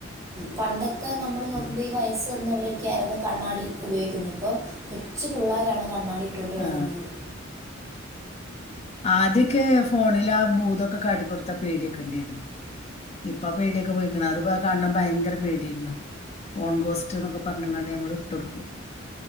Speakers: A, on the right (about 15°); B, on the left (about 30°).
A: പണ്ടൊക്കെ നമ്മൾ നോക്കുമ്പോ
B: ഉം.
A: ഈ വയസ്സ് തന്നവരൊക്കെയ ആയിരുന്നു കണ്ണാടി ഉപയോഗിക്കുന്നു ഇപ്പൊ കൊച്ചു പിള്ളോരാണ് കണ്ണാടി ഇട്ടോണ്ട് നടക്കുന്നത്
B: ആ ആദ്യൊക്കെ ഫോണിൽ ആ ഭൂതൊക്കെ കാട്ടിക്കൊടുത്ത പേടി ക്കെണ്ടിരുന്നു ഇപ്പ പേടിയൊക്കെ പോയിക്കണ് അത് കാണ ഭയങ്കര പേടിയര്ന്ന് ഫോൺ ഗോസ്റ്റ് എന്നൊക്കെ പറഞ്ഞങ്ങാണ്ട് ഞങ്ങൾ ഇട്ടൊടുക്കും